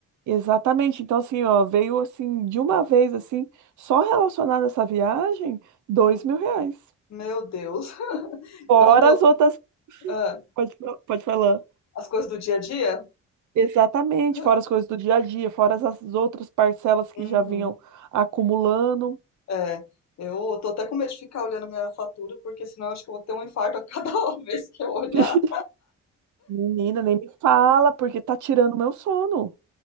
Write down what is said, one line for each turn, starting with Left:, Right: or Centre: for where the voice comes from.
Right: Exatamente. Então, assim, ó, veio assim, de uma vez, assim, só relacionado a essa viagem, dois
Left: Hum,
Right: mil reais.
Left: meu Deus. <laughs>
Right: Fora
Left: Eu não tô.
Right: as outras
Left: ah,
Right: Pode, fa- pode falar.
Left: as coisas do dia a dia?
Right: Exatamente,
Left: <laughs>
Right: fora as coisas do dia a dia, fora as as outras parcelas que
Left: Uhum.
Right: já vinham acumulando.
Left: É, eu tô até com medo de ficar olhando minha fatura, porque senão eu acho que eu vou ter um infarto a cada <laughs> vez que eu olhar.
Right: <laughs> Menina, nem me fala, porque tá tirando meu sono.